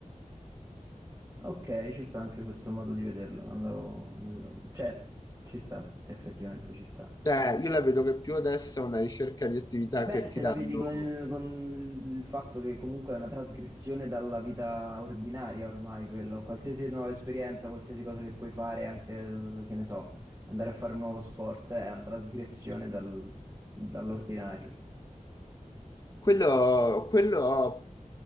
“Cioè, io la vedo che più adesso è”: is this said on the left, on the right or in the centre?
Left